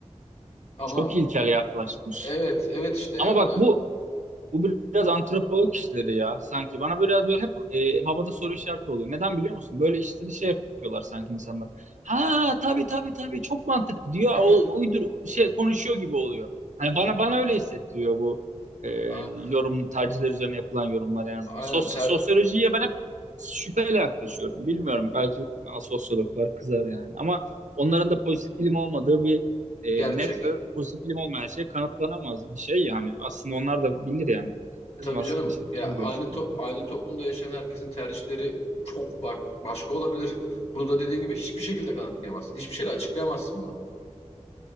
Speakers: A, on the left; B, on the right.
A: Ama
B: çok ilkel yaklaşmış.
A: evet, evet işte yani
B: Ama bak
A: o da
B: bu Bu biraz antropolog işleri ya sanki. Bana biraz böyle hep e, havada soru işareti oluyor. Neden biliyor musun? Böyle işleri şey yapıyorlar sanki insanlar. Ha tabii tabii tabii çok mantıklı diyor.
A: <laughs>
B: O, uydur şey konuşuyor gibi oluyor. Hani bana bana öyle hissettiriyor bu e,
A: a-
B: yorum tercihler üzerine yapılan yorumlar en azından.
A: aynen
B: Sos-
A: ter
B: sosyolojiye ben hep şüpheyle yaklaşıyorum. Bilmiyorum belki bana sosyologlar kızar yani. Ama onların da pozitif bilim olmadığı bir e,
A: gerçek.
B: net ve pozitif bilim olmayan şey kanıtlanamaz bir şey yani. Aslında onlar da bilir yani. Kızmaz
A: Tabii canım
B: kimse
A: ya
B: bu
A: aynı
B: görüşümde.
A: to aynı toplumda yaşayan herkesin tercihleri çok ba- başka olabilir. Bunu da dediğin gibi hiçbir şekilde kanıtlayamazsın. Hiçbir şeyle açıklayamazsın bunu.